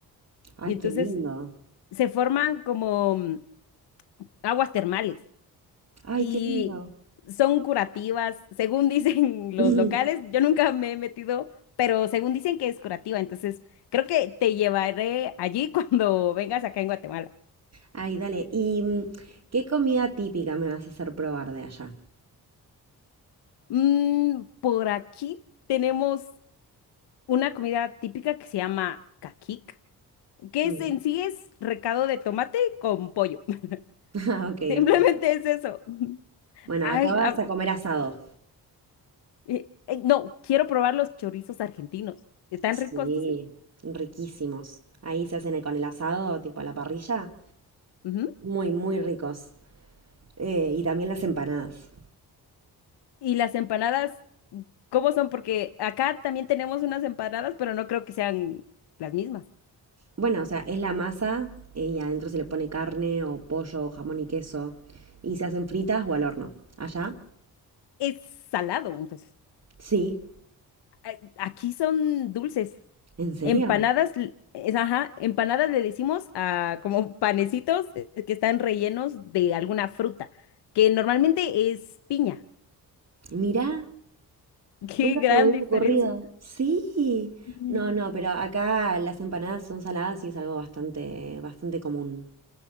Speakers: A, on the left; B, on the right.
A: Y
B: Ay,
A: entonces
B: qué lindo.
A: se forman como mm, aguas termales
B: Ay,
A: y
B: qué lindo.
A: son curativas, según dicen <laughs> los
B: <laughs>
A: locales. Yo nunca me he metido, pero según dicen que es curativa, entonces creo que te llevaré allí <laughs> cuando vengas acá en Guatemala.
B: Ay, dale. ¿Y mm, qué comida típica me vas a hacer probar de allá?
A: Mm, por aquí tenemos una comida típica que se llama caquic, que
B: Mm.
A: es, en
B: <laughs>
A: sí es recado de tomate con pollo. <laughs>
B: Ah, Ok,
A: Simplemente
B: ok.
A: es eso.
B: Bueno,
A: Ay,
B: acá vas
A: ah,
B: a comer asado.
A: eh, eh, no, quiero probar los chorizos argentinos. ¿Están
B: Sí,
A: ricos, dicen?
B: riquísimos. Ahí se hacen el- con el asado, tipo a la parrilla.
A: Ujú.
B: Muy, muy ricos. Eh, y también las empanadas.
A: Y las empanadas ¿Cómo son? Porque acá también tenemos unas empanadas, pero no creo que sean las mismas.
B: Bueno, o sea, es la masa eh, y adentro se le pone carne o pollo o jamón y queso y se hacen fritas o al horno. ¿Allá?
A: Es salado, entonces.
B: Sí.
A: A- Aquí son dulces.
B: ¿En serio?
A: Empanadas, l- es, ajá, empanadas le decimos a como panecitos eh, que están rellenos de alguna fruta, que normalmente es piña.
B: Mirá,
A: <laughs> Qué
B: nunca
A: gran
B: se me hubiera
A: diferencia.
B: ocurrido. Sí.
A: <laughs>
B: No, no, pero acá las empanadas son saladas y es algo bastante, bastante común.